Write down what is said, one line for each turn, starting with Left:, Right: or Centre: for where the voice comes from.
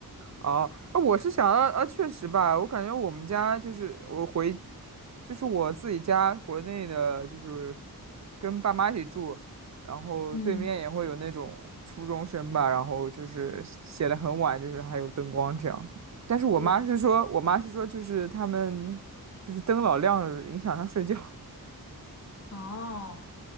Right: 哦，啊，我是想要啊，确实吧，我感觉我们家就是我回，就是我自己家国内的，就是跟爸妈一起住，然后对面也会有那种初中生吧，
Left: 嗯，
Right: 然后就是写的很晚，就是还有灯光这样。但是我妈是说，
Left: 对，
Right: 我妈是说，就是他们就是灯老亮了影响他睡觉。
Left: 哦。